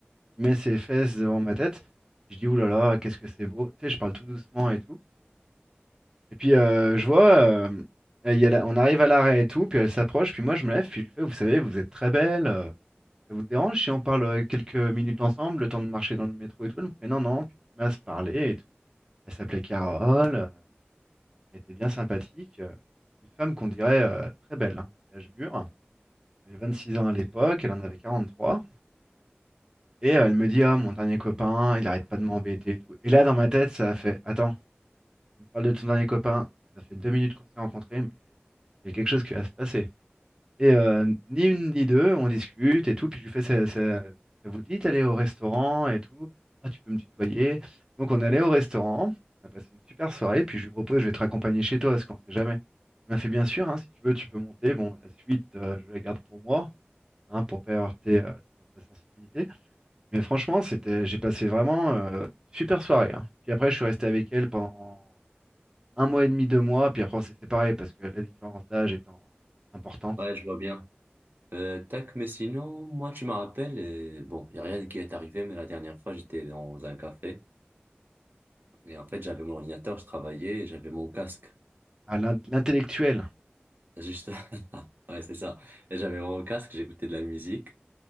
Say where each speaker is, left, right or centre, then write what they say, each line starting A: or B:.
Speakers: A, on the right; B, on the right.
A: qui met ses fesses devant ma tête. Je dis, Ouh là là, qu'est-ce que c'est beau. Tu sais, je parle tout doucement et tout. Et puis euh, je vois, euh, il y a la- on arrive à l'arrêt et tout, puis elle s'approche, puis moi je me lève, puis je lui fais, vous savez, vous êtes très belle, euh, ça vous dérange si on parle euh, quelques minutes ensemble, le temps de marcher dans le métro et tout? Elle me fait non, non, puis on se met à se parler et tout. Elle s'appelait Carole, euh, elle était bien sympathique, euh, une femme qu'on dirait euh, très belle, hein, d'âge mûr. Elle avait 26 ans à l'époque, elle en avait 43. et euh, elle me dit, ah, mon dernier copain, il arrête pas de m'embêter et tout. Et là, dans ma tête, ça a fait, attends. Tu me parles de ton dernier copain, ça fait deux minutes qu'on s'est rencontrés, mais il y a quelque chose qui va se passer. Et euh, ni une ni deux, on discute et tout, puis je lui fais, ça, ça- ça vous dit d'aller au restaurant et tout? Ah, tu peux me tutoyer. Donc on est allé au restaurant, on a passé une super soirée, puis je lui propose, je vais te raccompagner chez toi, parce qu'on sait jamais. Il m'a fait bien sûr, hein, si tu veux, tu peux monter. Bon, la suite, euh, je la garde pour moi, hein, pour pas heurter euh, ta sensibilité. Mais franchement, c'était, j'ai passé vraiment euh, une super soirée. hein. Puis après, je suis resté avec elle pendant un mois et demi, deux mois, puis après on s'est séparés parce que la différence d'âge étant importante.
B: Ouais, je vois bien. Euh, tac, mais sinon, moi, tu me rappelles, euh, bon, il a rien qui est arrivé, mais la dernière fois, j'étais dans un café. Et en fait, j'avais mon ordinateur, je travaillais, et j'avais mon casque.
A: Ah, l'in- l'intellectuel,
B: Juste, <laughs> ouais, c'est ça. Et j'avais mon casque, j'écoutais de la musique.